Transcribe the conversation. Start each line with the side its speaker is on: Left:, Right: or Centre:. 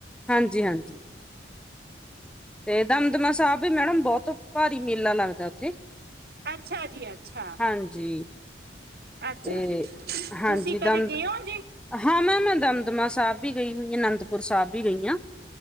Centre: ਹਾਂਜੀ-ਹਾਂਜੀ। ਤੇ ਦਮਦਮਾ ਸਾਹਿਬ ਵੀ ਮੈਡਮ ਬਹੁਤ ਭਾਰੀ ਮੇਲਾ ਲੱਗਦਾ, ਉੱਥੇ।
Right: ਅੱਛਾ ਜੀ ਅੱਛਾ,
Centre: ਹਾਂਜੀ
Right: ਅੱਛਾ
Centre: ਤੇ ਹਾਂਜੀ
Right: ਤੁਸੀਂ ਕਦੇ
Centre: ਦਮ
Right: ਗਏ ਹੋ ਜੀ
Centre: ਹਾਂ ਮੈ ਮੈਂ ਦਮਦਮਾ ਸਾਹਿਬ ਵੀ ਗਈ ਹੋਈ, ਅਨੰਦਪੁਰ ਸਾਹਿਬ ਵੀ ਗਈ ਹਾਂ।